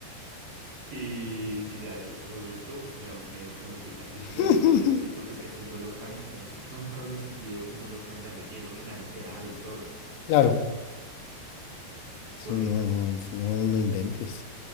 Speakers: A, on the right; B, on the left.
A: Y, y ya desde ese momento, uf, me da un miedo comer picante y que me
B: <laughs>
A: vuelva a doler así, porque es que fue un dolor tan intenso. Nunca había sentido un dolor tan grande y eso que me han operado y todo.
B: claro, si
A: Fue horrible.
B: no, no, no, no inventes.